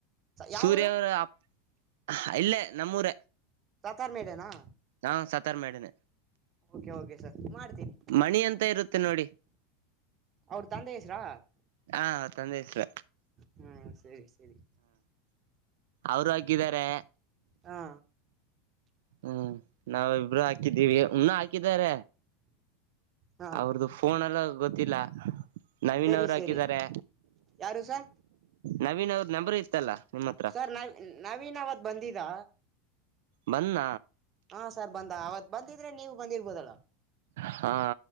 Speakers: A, on the right; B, on the right.
A: ಯಾವೂರು
B: ಸೂರ್ಯ ಅವರ ಅ ಇಲ್ಲೇ ನಮ್ಮೂರ
A: ಸಾತಾರ್ ಮೇಲೆನಾ
B: ನಾ ಸತಾರ್ ಮಾಡನೆ
A: ಓಕೆ ಓಕೆ ಸರ್ ಮಾಡ್ತೀನಿ
B: ಮಣಿ ಎಂತ ಇರುತ್ತೆ ನೋಡಿ
A: ಅವ್ರ ತಂದ ಹೆಸ್ರಾ
B: ಹಾ ತಂದೆ ಇಸ್ರ
A: ಹ್ಮ ಸರಿ ಸರಿ
B: ಅವರು ಹಾಕಿದ್ದಾರೆ
A: ಹಾ
B: ಹ್ಮ್ ನಾವಿಬರು ಹಾಕಿದ್ದೀವಿ ಇನ್ನ ಹಾಕಿದಾರ
A: ಹಾ
B: ಅವ್ರ್ದು ಫೋನ್ ಎಲ್ಲ ಗೊತ್ತಿಲ್ಲ ನವೀನ್
A: ಸರಿ
B: ಅವರು ಹಾಕಿದ್ದಾರೆ
A: ಸರಿ ಯಾರು ಸರ್
B: ನವೀನ್ ಅವ್ರ ನಂಬರ್ ಇ ಇತ್ತಲ್ಲ ನಿಮ್ಮ ಹತ್ರ
A: ಸರ್ ನವ್ ನವೀನ್ ಅವತ್ ಬಂದಿದ್ದ
B: ಬಂದ
A: ಹಾ ಸರ್ ಬಂದ ಅವತ್ ಬಂದಿದ್ರೆ ನೀವು ಬಂದಿರ್ಬೋದಲ್ಲ
B: ಹಾ